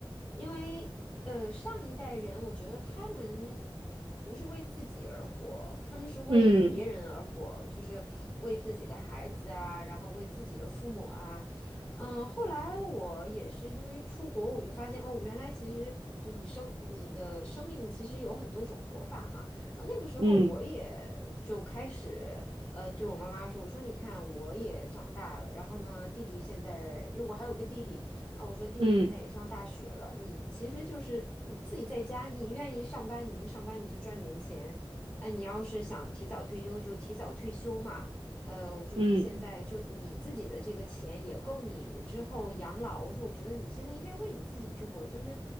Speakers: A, on the left (about 20°); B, on the right (about 70°).
A: 因为呃上一代人，我觉得他们不是为自己而活，他们是为别人而活，
B: 嗯
A: 就是为自己的孩子啊，然后为自己的父母啊。嗯，后来我也是因为出国，我就发现哦，原来其实就你生你的生命其实有很多种活法嘛。啊，那个时候我也就开始。
B: 嗯
A: 呃，对我妈妈说，我说你看我也长大了，然后呢，弟弟现在，因为我还有个弟弟，然后我说弟弟现在也上大学了，
B: 嗯
A: 你其实就是你自己在家，你愿意上班你就上班，你就赚点钱，哎，你要是想提早退休就提早退休嘛，呃，我说你现在就你自己的这个钱也够你之后养老。
B: 嗯
A: 我说，我觉得你现在应该为你自己去活，就是